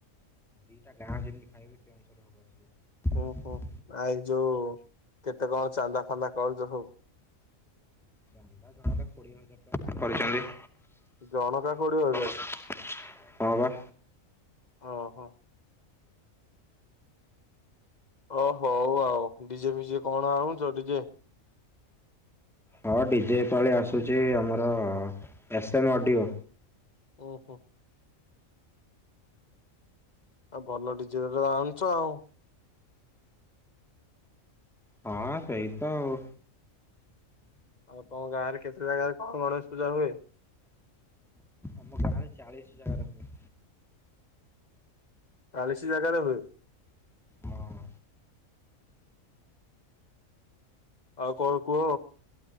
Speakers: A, in the centre; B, on the left.
A: ଦିଟା ଗାଁ ଯେମିତି ଖାଇବେ ସେ ଅନୁସାରେ ହବ ଆସିବ।
B: ହୁଁ ହୁଁ ଆଇ ଯୋଉ କେତେ କଣ ଚାନ୍ଦା ଫାନ୍ଦା କରୁଛ ସବୁ?
A: ଚାନ୍ଦା ଜଣକା କୋଡିଏ ହଜାର ଟଙ୍କା କରିଛନ୍ତି।
B: ଜଣକା କୋଡିଏ ହଜାର।
A: ହଁ ପା।
B: ଓହୋ। ଓ ହଉ ଆଉ ଡିଜେ ଫିଜେ କଣ ଆଣୁଛ ଡିଜେ
A: ହଁ ଡିଜେ ଏ ପାଳି ଆସୁଛି ଆମର। S M audio.
B: ଓ ହୋ। ଆଉ ଭଲ ଡିଜେ ବାଜା ଆଣୁଛ ଆଉ।
A: ହଁ ସେଇ ତ ଆଉ।
B: ଆଉ ତମ ଗାଁ ରେ କେତେ ଜାଗାରେ କଣ ଗଣେଶ ପୂଜା ହୁଏ?
A: ଆମ ଗାଁରେ ଚାଳିଶ ଜାଗାରେ ହୁଏ।
B: ଚାଲିଶ ଜାଗାରେ ହୁଏ?
A: ହଁ।
B: ଆଉ କଣ କୁହ?